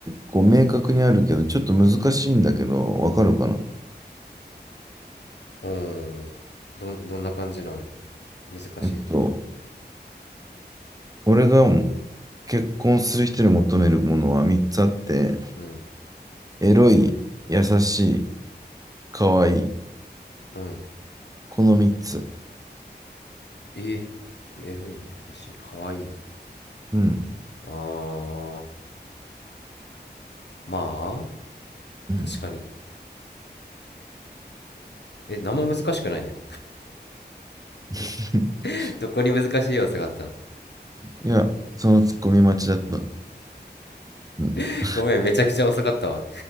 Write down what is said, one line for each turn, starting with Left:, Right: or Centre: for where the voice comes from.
Right: こう、明確にあるけど、ちょっと難しいんだけど、わかるかな
Left: うーんどん、どんな感じなん難しいって
Right: えっと、俺が結婚する人に求めるものは3つあって、
Left: うん
Right: エロい、優しい、可愛い。
Left: うん
Right: この3つ。
Left: えエロい優しい可愛いい
Right: うん、
Left: あーまあ
Right: うん。
Left: 確かにえ何も難しくないやん
Right: <laughs>
Left: <laughs> どこに難しい要素があったの
Right: いや、そのツッコミ待ちだった。うん。
Left: <laughs>
Right: ち
Left: ごめんめちゃくちゃ遅かったわ